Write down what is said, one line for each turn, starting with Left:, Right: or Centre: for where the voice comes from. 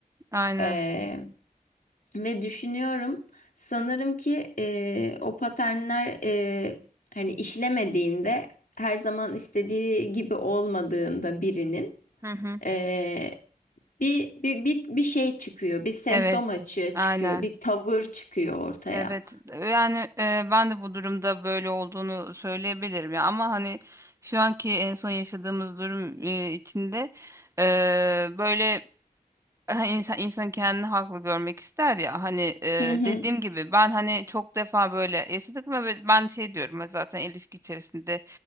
Right: Aynen.
Left: Ee, ve düşünüyorum sanırım ki e, o paternler e, hani işlemediğinde her zaman istediği gibi olmadığında birinin
Right: Hı hı.
Left: e, bir, bir, bir, bir şey çıkıyor, bir semptom
Right: Evet.
Left: açığa çıkıyor,
Right: Aynen.
Left: bir tavır çıkıyor ortaya.
Right: Evet. Yani e, ben de bu durumda böyle olduğunu söyleyebilirim ya ama hani şu anki en son yaşadığımız durum e, içinde e, böyle Ha, insan insan kendini haklı görmek ister ya hani e,
Left: Hı hı,
Right: dediğim gibi ben hani çok defa böyle yaşadık ve be- ben şey diyorum ya zaten ilişki içerisinde